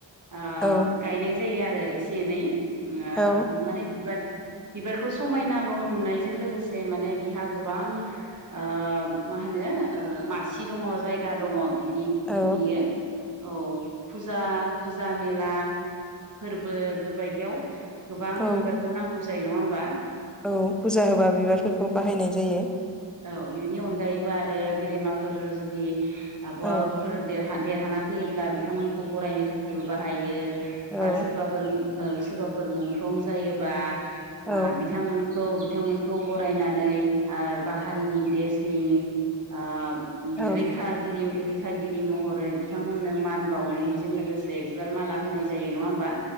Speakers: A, on the right (about 40°); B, in the centre.
A: ओ
B: औ
A: गायनाय जायो आर ओ एसे नै। ओङा
B: औ
A: माने बिबार बिबारखौ समायनाल' नुनायजों लोगोसे माने बिहा गोबां ओ मा होनो ओ मासि दङ जायगा दङ। बिनि
B: औ
A: ओ बियो औ। फुजा फुजा मेला फोर्बो बेफोरबायदियाव गोबां
B: औ
A: बिबारखौ नांगौ जायो नङा होम बा
B: औ फुजा होबा बिबारफोरखौ बाहायनाय जायो।
A: औ बेनि अनगायैबो आरो गेलेमाफोर जुदि आब'आबो
B: ओं
A: फोरोंदे हा देरहाना फैयोब्ला बिथांमोनखौ बरायनो थाखायबो बाहायो।
B: औ
A: बा सोरबाफोर उम ओ सोरबाफोर मुंख्लं जायोबा
B: औ
A: आ बिथांमोनखौ बि बिथांमोनखौ बरायनानै ओ बा हारिनि देसनि आम उम
B: औ
A: रैखाागिरि रै थागिरि महरै बिथांमोननो मान बावनायजों लोगोसे बिबार माला होनाय जायो नङा होमबा?